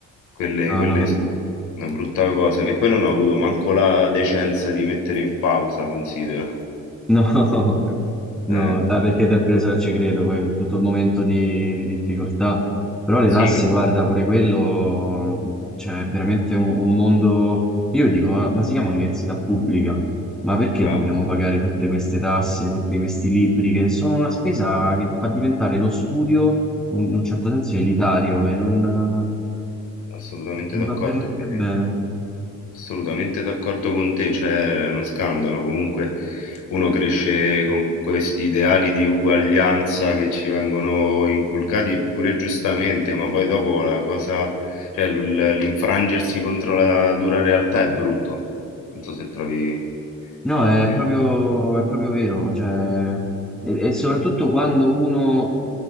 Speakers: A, on the left; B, in the centre.
A: Quelle,
B: No,
A: quelle
B: no.
A: sono una brutta cosa che poi non ho avuto manco la decenza di mettere in pausa, considera.
B: No, <laughs> no,
A: Eh,
B: eh, perché ti è preso, ci credo, poi tutto il momento di, di difficoltà. Però le
A: sì,
B: tasse,
A: che-
B: guarda, pure quello, cioè, è veramente un, un mondo... Io dico, ma, ma si chiama università pubblica? Ma perché
A: bravo,
B: dobbiamo pagare tutte queste tasse, tutti questi libri, che sono una spesa che fa diventare lo studio, un- in un certo senso, elitario
A: mm,
B: e non, non
A: assolutamente d'accordo,
B: va per niente
A: eh,
B: bene.
A: assolutamente d'accordo con te, cioè è uno scandalo, comunque uno cresce con questi ideali di uguaglianza che ci vengono inculcati pure giustamente, ma poi dopo la cosa, cioè l- l'infrangersi contro la dura realtà è brutto, non so se trovi...
B: No, è
A: se-
B: proprio, è proprio vero, cioè, e, e soprattutto quando uno